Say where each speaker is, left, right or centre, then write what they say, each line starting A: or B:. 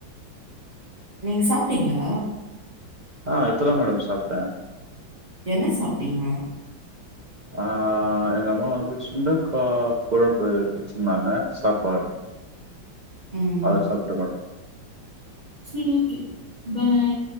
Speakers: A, on the right (about 20°); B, on the right (about 80°).
A: நீங்க சாப்ட்டீங்களா
B: ஆ இப்பதா மேடம் சாப்ட்ட
A: என்ன சாப்ட்டீங்க
B: ஆ எங்க அம்மா வந்து சுண்டக்கா கொழம்பு வச்சிருந்தாங்க சாப்பாடு
A: ம்
B: அத சாப்ட்ட மேடம்
A: சேரி ஓகே பாய்